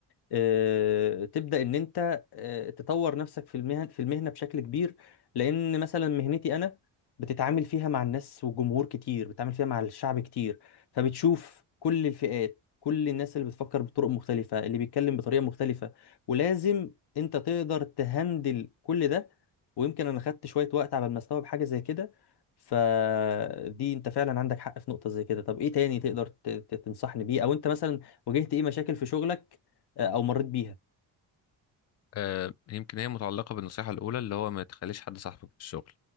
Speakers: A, on the left (about 60°); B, on the left (about 35°).
A: آه، تبدا ان انت آه، تطور نفسك في المهن في المهنه بشكل كبير لان مثلا مهنتي انا بتتعامل فيها مع الناس وجمهور كتير بتتعامل فيها مع الشعب كتير فبتشوف كل الفئات كل الناس اللي بتفكر بطرق مختلفه اللي بيتكلم بطريقه مختلفه ولازم انت تقدر تهندل كل ده ويمكن انا خدت شويه وقت على ما استوعب حاجه زي كده فدي انت فعلا عندك حق في نقطه زي كده طب ايه تاني تقدر ت- ت- تنصحني بيه او انت مثلا واجهت ايه مشاكل في شغلك آه، او مريت بيها
B: آه، يمكن هي متعلقة بالنصيحة الأولى اللي هو ما تخليش حد صاحبك في الشغل